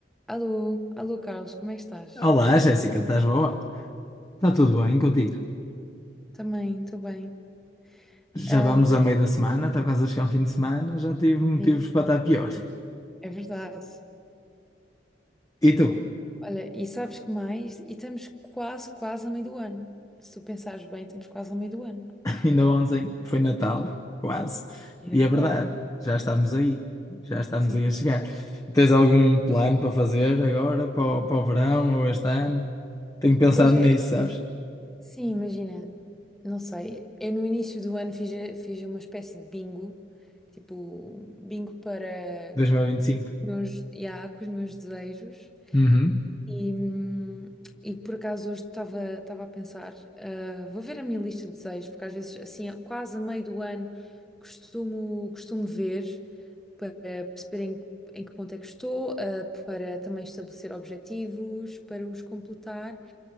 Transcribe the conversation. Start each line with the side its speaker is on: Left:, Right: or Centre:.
Centre: Alô, alô Carlos, como é que estás?
Left: Olá, Jéssica, estás boa? Está tudo bem contigo?
Centre: Também, estou bem.
Left: Já
Centre: Ahm,
Left: vamos a meio da semana, está quase a chegar ao fim de semana, já tive motivos
Centre: sim,
Left: para estar pior.
Centre: é verdade.
Left: E tu?
Centre: Olha, e sabes que mais? E estamos quase, quase a meio do ano. Se tu pensares bem, estamos quase a meio do ano.
Left: <laughs> Ainda ontem foi Natal, quase.
Centre: É
Left: E
Centre: verdade,
Left: é verdade, já estamos aí, já estamos
Centre: sim.
Left: aí a chegar. Tens algum plano para fazer agora, para o, para o verão ou este ano? Tenho pensado
Centre: Pois é,
Left: nisso, sabes?
Centre: sim, imagina, não sei, eu no início do ano fiz, fiz uma espécie de bingo, tipo, bingo para
Left: 2025.
Centre: meus, yeah, com os meus desejos.
Left: Uhum.
Centre: E, hum, e por acaso hoje estava estava a pensar, ah, vou ver a minha lista de desejos, porque às vezes, assim, quase a meio do ano, costumo, costumo ver para perceber em, que em que ponto é que estou, ah, para também estabelecer objetivos, para os completar.